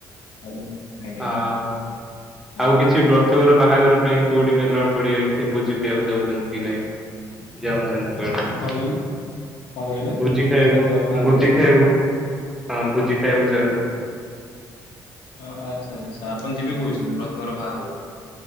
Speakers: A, on the left; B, in the centre.
A: <unintelligible>
B: ହାଁ
A: ହଁ
B: ଆଉକିଛି ବ୍ର ତଘର ବାହାଘର ପାଇଁ କୋଉଠି ମେଲଣ ପୋଡିଆ ଭୋଜି ଖାଇବାକୁ ଯାଉଚନ୍ତି କି ନାଇଁ ଯାଉନାହାନ୍ତି?
A: କଣ କହିଲେ କଣ କହିଲେ
B: ଭୋଜି ଖାଇବଆକୁ
A: ବ୍ରତଘର ବାହାଘର
B: ଭୋଜି ଖାଇଆକୁ ହଁ ଭୋଜି ଖାଇବାକୁ ଯାଉ।
A: ଓ ଆଚ୍ଛା-ଆଚ୍ଛା ଆପଣ ଯିବେ କହୁଚନ୍ତି ବ୍ରତଘର ବାହାଘରକୁ?